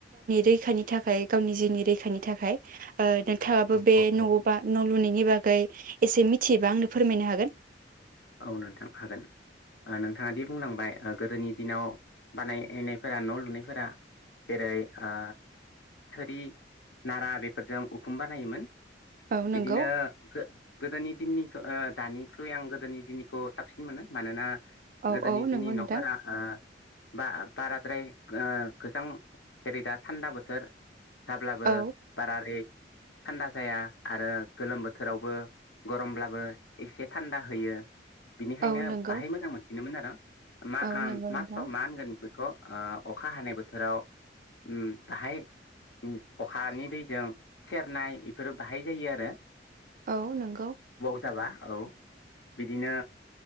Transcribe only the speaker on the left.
औ
औ
औ
औ नोंथां हागोन नोंथाङा दि बुंलांबाय गोदोनि दिनाव बानायनायफोरा न' लुनायफोरा जेरै ओ थोरि नारा बेफोरजों उखुम बानायोमोन।
बिदिनो
गोदोनि दिननि ओ दानिख्रुइ आं गोदोनि दिनखौ साबसिन मोनो मानोना
गोदोनि
दिननि
न'फोरा
ओ बा बाराद्राय ओ गोजां जेरै दा सान्दा बोथोर जाब्लाबो
बारारै थान्दा जाया आरो गोलोम बोथोरावबो गरमब्लाबो एसे थान्दा होयो। बिनिखायनो
बाहाय मोजां मोनसिनोमोन आरो। <inaudible> <unintelligible> मा
होनगोन बेफोरखौ ओ अखा हानाय बोथोराव उम बाहाय उम अखानि दैजों सेरनाय एफोरो बाहाय जायो आरो।
जाबा औ। बिदिनो